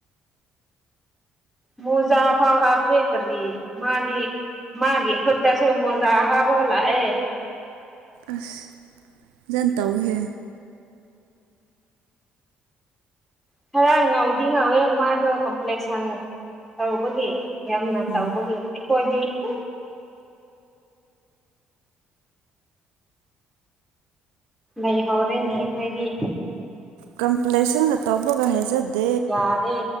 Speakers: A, in the centre; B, on the right.
A: ꯃꯖꯐꯥꯎ ꯍꯥꯐꯇꯦꯔꯤ ꯃꯥꯗꯤ ꯃꯥꯒꯤꯦ ꯈꯠꯇꯁꯨ ꯃꯣꯖꯥ ꯍꯥꯕꯒ ꯂꯥꯛꯑꯦ
B: ꯑꯁ ꯑꯣꯖꯟ ꯇꯧꯍꯦ
A: ꯈꯔ ꯉꯧꯗꯤ ꯉꯧꯋꯦ ꯃꯥꯗꯣ ꯀꯝꯄ꯭ꯂꯦꯛꯁꯟ ꯇꯔꯧꯕꯒꯤ ꯌꯥꯝꯅ ꯇꯧꯕꯒꯤ
B: ꯎꯝ
A: ꯑꯩꯈꯣꯏꯗꯤ ꯎ ꯩ ꯍꯧꯔꯦ ꯅꯈꯩꯗꯤ
B: ꯀꯝꯄ꯭ꯂꯦꯁꯟꯒ ꯇꯧꯕꯒ ꯍꯩꯖꯗꯦ
A: ꯌꯥꯔꯦ